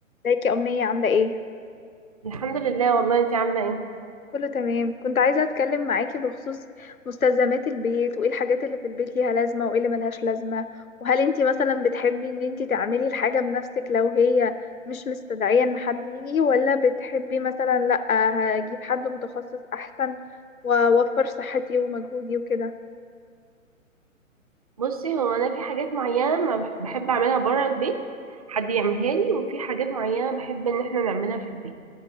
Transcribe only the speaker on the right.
الحمد لله والله انت عامله ايه
بصي هو انا في حاجات معينه ما بح- بحب اعملها بره البيت حد يعملها لي وفي حاجات معينه بحب ان احنا نعملها في البيت